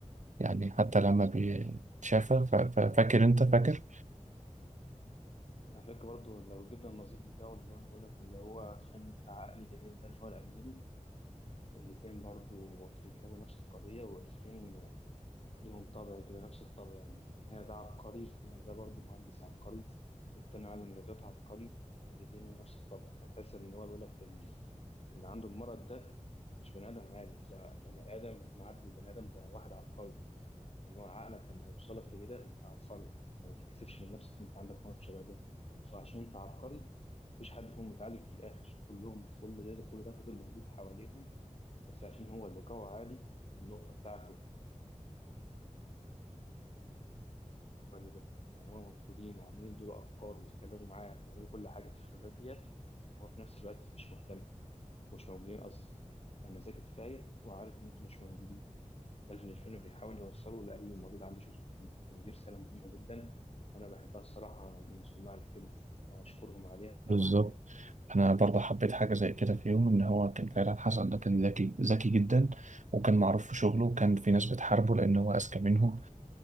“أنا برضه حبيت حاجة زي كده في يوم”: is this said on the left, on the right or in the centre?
Right